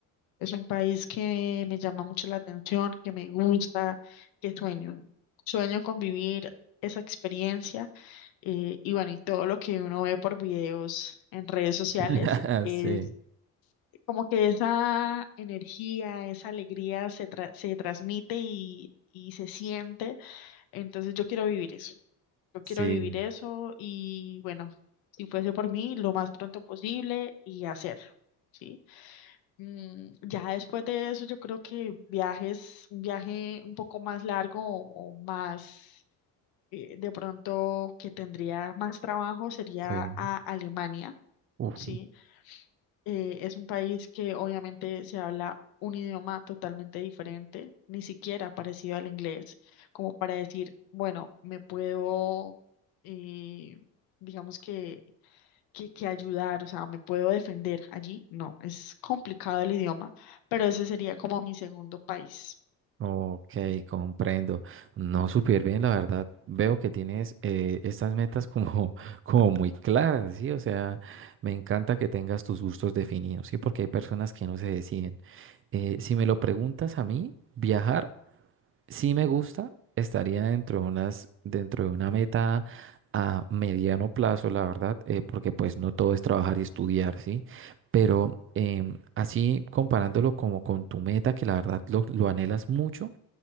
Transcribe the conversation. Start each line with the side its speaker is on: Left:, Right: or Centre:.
Left: Es un país que me llama mucho la atención, que me gusta, que sueño. Sueño con vivir esa experiencia eh, y bueno, y todo lo que uno ve por videos en redes sociales
Right: <laughs>
Left: es
Right: Sí,
Left: como que esa energía, esa alegría se tra- se transmite y, y se siente. Entonces yo quiero vivir eso. Yo quiero
Right: sí,
Left: vivir eso y bueno, si fuese por mí, lo más pronto posible y hacerlo, ¿sí? Mm, ya después de eso, yo creo que viajes, un viaje un poco más largo o, o más, eh, de pronto que tendría más trabajo sería
Right: sí.
Left: a Alemania,
Right: Uf.
Left: ¿sí? Eh, es un país que obviamente se habla un idioma totalmente diferente, ni siquiera parecido al inglés, como para decir, bueno, me puedo, eh, digamos que, que, que ayudar, o sea, me puedo defender allí. No, es complicado el idioma, pero ese sería como mi segundo país.
Right: Ok, comprendo. No súper bien, la verdad. Veo que tienes eh, estas metas como, <laughs> como muy claras, ¿sí? O sea, me encanta que tengas tus gustos definidos, ¿sí? Porque hay personas que no se deciden. Eh, si me lo preguntas a mí, viajar sí me gusta, estaría dentro de unas, dentro de una meta a mediano plazo, la verdad, eh, porque pues no todo es trabajar y estudiar, ¿sí? Pero em, así comparándolo como con tu meta, que la verdad lo lo anhelas mucho.